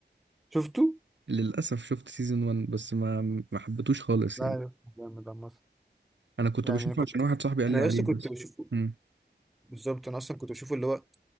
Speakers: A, in the centre; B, on the right.
A: شفته؟
B: <laughs> للاسف شفت سيزون 1 بس ما ما حبيتوش خالص
A: لا
B: يعني
A: يا اسطى جامد عامة
B: انا كنت
A: يعني
B: بشوفه
A: انا كنت
B: عشان واحد صاحبي قال
A: انا
B: لي عليه
A: لسه
B: بس
A: كنت بشوف
B: امم
A: بالظبط انا اصلا كنت بشوفه اللي هو